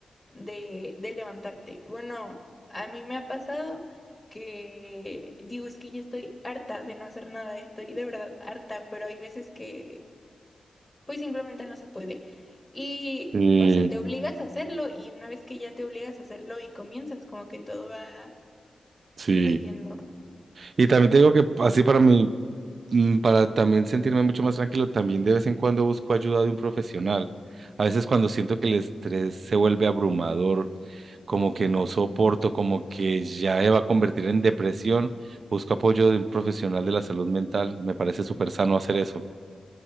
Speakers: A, on the left (about 20°); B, on the right (about 65°).
A: de, de levantarte. Bueno, a mí me ha pasado que digo, es que ya estoy harta de no hacer nada, estoy de verdad harta, pero hay veces que pues simplemente no se puede. Y,
B: Sí,
A: o sea, te obligas a hacerlo y una vez que ya te obligas a hacerlo y comienzas, como que todo va
B: sí,
A: fluyendo.
B: Y también te digo que así para mí, mm, para también sentirme mucho más tranquilo, también de vez en cuando busco ayuda de un profesional. A veces cuando siento que el estrés se vuelve abrumador como que no soporto, como que ya se va a convertir en depresión, busco apoyo de un profesional de la salud mental. Me parece súper sano hacer eso.